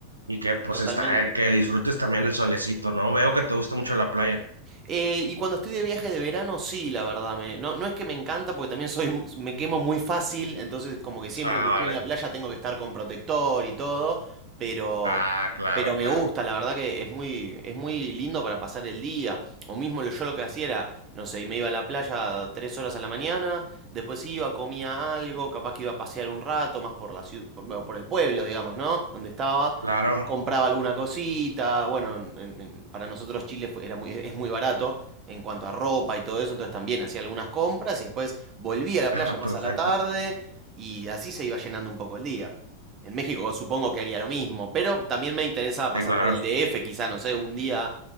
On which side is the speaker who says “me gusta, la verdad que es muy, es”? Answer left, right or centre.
Right